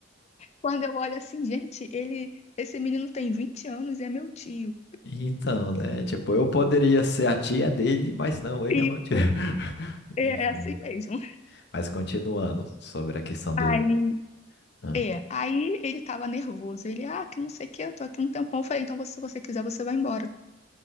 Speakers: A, on the left; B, on the left.
A: Quando eu olho assim, gente, ele, esse menino tem 20 anos e é meu tio.
B: Então, né? Tipo, eu poderia ser a tia dele, mas não, ele
A: Isso,
B: é meu tio. <laughs>
A: é,
B: Enfim.
A: é assim mesmo.
B: Mas continuando sobre a questão do.
A: Aí,
B: Ah.
A: é, aí ele tava nervoso. Ele, ah, que não sei o que, eu tô aqui um tempão. Eu falei, então, se você quiser, você vai embora.